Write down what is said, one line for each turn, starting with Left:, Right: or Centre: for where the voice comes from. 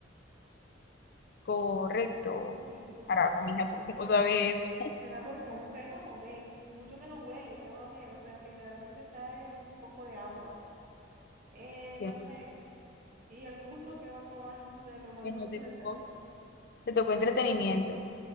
Left: Correcto.
Right: <laughs>
Left: Carajo, mija, ¿tú cómo sabes eso?
Right: Será porque un feto no ve, mucho menos huele, ¿qué va a oler? O sea, literalmente está en un poco de agua. Eh,
Left: Bien,
Right: no sé, y el gusto que va a probar, <laughs> o sea, lo más
Left: Bueno,
Right: lógico
Left: te
Right: es
Left: tocó,
Right: el tacto.
Left: te tocó entretenimiento.